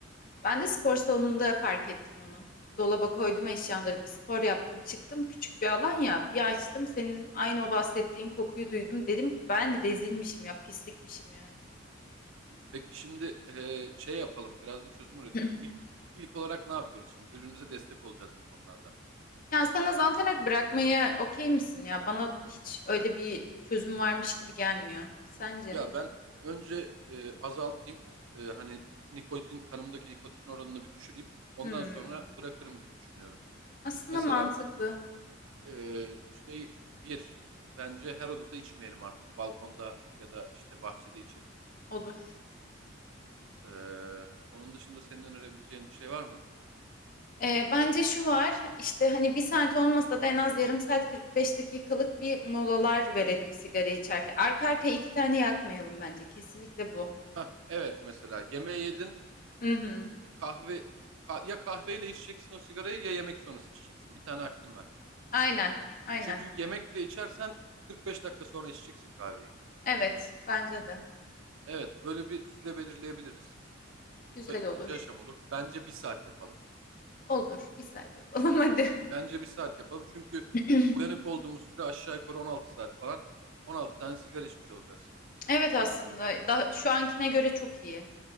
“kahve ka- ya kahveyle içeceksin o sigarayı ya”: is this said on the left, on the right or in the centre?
Right